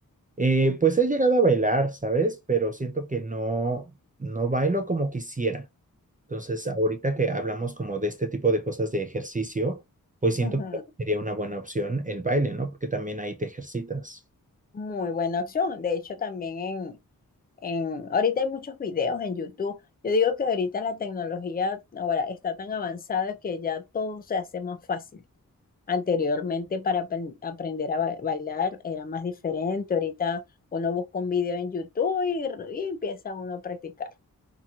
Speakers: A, on the right (about 20°); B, on the left (about 25°).
A: eh, pues he llegado a bailar, ¿sabes? Pero siento que no, no bailo como quisiera. Entonces, ahorita que hablamos como de este tipo de cosas de ejercicio, pues siento
B: Ujú,
A: que sería una buena opción el baile, ¿no? Porque también ahí te ejercitas.
B: Muy buena opción. De hecho, también en, en, ahorita hay muchos videos en YouTube. Yo digo que ahorita la tecnología ahora está tan avanzada que ya todo se hace más fácil. Anteriormente para apren- aprender a ba- bailar era más diferente. Ahorita uno busca un video en YouTube y, r- y empieza uno a practicar.